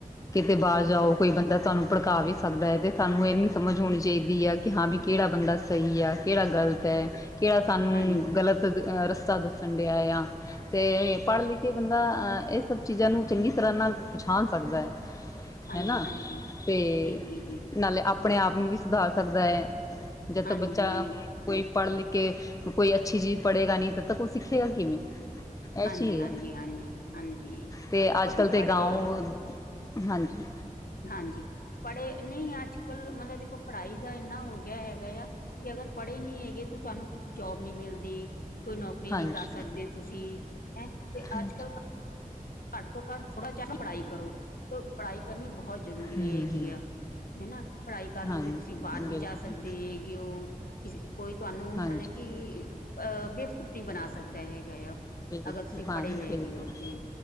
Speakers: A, on the left; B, on the left.
A: ਕਿਤੇ ਬਾਰ ਜਾਓ, ਕੋਈ ਬੰਦਾ ਤੁਆਨੂੰ ਭੜਕਾ ਵੀ ਸਕਦਾ ਏ, ਤੇ ਸਾਨੂੰ ਏਨੀ ਸਮਝ ਹੋਣੀ ਚਾਹੀਦੀ ਆ ਕਿ ਹਾਂ ਬੀ ਕੇਅੜਾ ਬੰਦਾ ਸਈ ਆ, ਕੇਅੜਾ ਗ਼ਲਤ ਏ? ਕੇ ਏਹ ਸਾਨੂੰ
B: ਹਾਂਜੀ
A: ਗ਼ਲਤ ਰਸਤਾ ਦੱਸਣ ਡਿਆ ਆ। ਤੇ ਪੜ੍ਹ ਲਿਖ ਕੇ ਬੰਦਾ ਅ ਇਹ ਸਭ ਚੀਜ਼ਾਂ ਨੂੰ, ਚੰਗੀ ਤਰ੍ਹਾਂ ਨਾਲ ਪਛਾਣ ਸਕਦਾ ਐ।
B: ਹਾਂਜੀ
A: ਹੈ ਨਾ?
B: ਹਾਂਜੀ
A: ਤੇ
B: ਜੀ ਜੀ ਜੀ
A: ਨਾਲੇ ਆਪਣੇ ਆਪ ਨੂੰ ਵੀ ਸੁਧਾਰ ਸਕਦਾ ਏ, ਜਦ ਤ
B: ਹਾਂਜੀ
A: ਬੱਚਾ ਕੋਈ ਪੜ੍ਹ ਲਿਖ ਕੇ, ਕੋਈ ਅੱਛੀ ਚੀਜ਼ ਪੜ੍ਹੇਗਾ ਨਈ, ਤਦ ਤੱਕ ਉਹ ਸਿੱਖੇਗਾ ਕਿਵੇਂ? ਏਹ
B: ਹਾਂਜੀ
A: ਚੀਜ਼
B: ਹਾਂਜੀ
A: ਏ,
B: ਹਾਂਜੀ ਹਾਂਜੀ
A: ਤੇ ਅੱਜ
B: ਉਹ
A: ਕੱਲ੍ਹ
B: ਫਿਰ
A: ਤੇ
B: ਪੜ੍ਹੇ
A: ਗਾਓ ਹਾਂਜੀ।
B: ਹਾਂਜੀ, ਪੜ੍ਹੇ ਨਈ ਅੱਜ ਕੱਲ੍ਹ ਮਤਲਬ ਦੇਖੋ ਪੜ੍ਹਾਈ ਦਾ ਇੰਨਾ ਹੋ ਗਿਆ ਹੈਗਾ ਆ ਕਿ ਅਗਰ ਪੜ੍ਹੇ ਨਈ ਹੈਗੇ, ਤਾਂ ਤੁਹਾਨੂੰ ਜੋਬ ਨਈ ਮਿਲਦੀ। ਕੋਈ ਨੌਕਰੀ
A: ਹਾਂਜੀ
B: ਨਈ ਕਰ ਸਕਦੇ ਤੁਸੀਂ, ਹੈਂ ਤੇ
A: ਹੂੰ
B: ਅੱਜ ਕੱਲ ਘੱਟ ਤੋਂ ਘੱਟ ਥੋੜਾ ਚਾਰ ਪੜ੍ਹਾਈ ਕਰੋ, ਤੋਂ ਪੜ੍ਹਾਈ ਕਰਨੀ ਭੌਹੋਤ ਜਰੂਰੀ
A: ਹੂੰ
B: ਹੈਗੀ ਆ, ਹਨਾ? ਪੜ੍ਹਾਈ ਕਰ ਲੋਗੇ,
A: ਹਾਂਜੀ
B: ਤੁਸੀਂ ਬਾਰ ਵੀ
A: ਬਿਲਕੁਲ
B: ਜਾ ਸਕਦੇ ਹੈਗੇ ਔ। ਕਿਸ, ਕੋਈ ਤੁਆਨੂੰ
A: ਹਾਂਜੀ
B: ਮਤਲਬ ਕਿ, ਅਹ ਬੇਵਕੂਫ ਨਈ ਬਣਾ ਸਕਦਾ ਹੈਗਾ ਆ।
A: ਬਿਲਕੁਲ
B: ਅਗਰ ਤੁਸੀਂ
A: ਹਾਂਜੀ
B: ਪੜ੍ਹੇ ਹੈਗੇ
A: ਬਿਲਕੁਲ
B: ਔ ਤੇ,